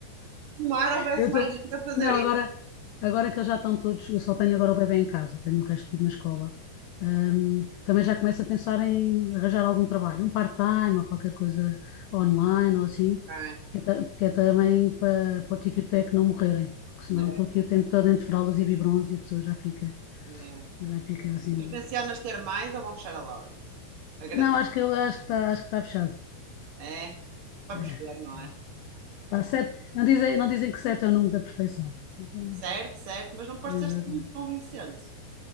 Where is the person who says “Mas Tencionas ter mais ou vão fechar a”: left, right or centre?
Right